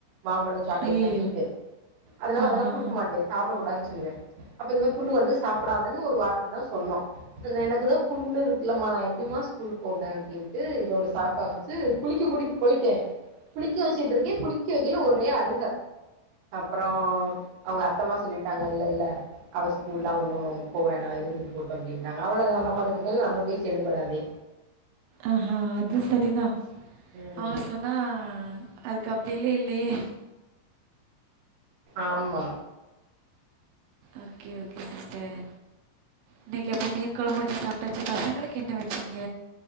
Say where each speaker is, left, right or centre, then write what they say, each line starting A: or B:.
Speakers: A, on the right; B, on the right.
A: மாம்பழம் சாக்லேட்
B: ஐயையோ
A: எல்லா ஹீட் அதனால
B: ஆஹா
A: அதெல்லா சாப்ட கூடாது சொல்லுவே அப்ப இந்த மாரி புண்ணு வந்து சாப்டாதுன்னு ஒரு வார்த்த தா சொன்ன பின்ன எனக்குதா புண்ணு இருக்குலமா நா எப்டிமா ஸ்கூல் போவே அப்டின்னுட்டு இதோட சாக்கா வச்சு ட்டு குளிக்க கூட்டிட் போயிட்டே
B: போய்ட்டன்
A: குளிக்க வச்சுட்டு இருக்கே குளிக்க வைக்கில ஒரே அழுக அப்பறோ அவங்க அத்தம்மா சொல்லிட்டாங்க இல்ல இல்ல அவ ஸ்கூல்லா ஒன்னு போவோனா இருந்துட்டு போட்டு அப்டின்ட்டாங்க அவ்ளோதா நம்ம அதுக்கு மேல நம்ம பேச்சி எடுபடாதே
B: ஆஹா அது சரிதா
A: ம்
B: அவங்க சொன்னா அதுக் அப்பீலே இல்லயே
A: ஆமா
B: ஓகே ஓகே சிஸ்டர் இன்னைக் அப்போ மீன் கொழம்பு வச்சு சாப்பிட்டாச்சு பசங்களுக்கு என்ன வச்சீங்க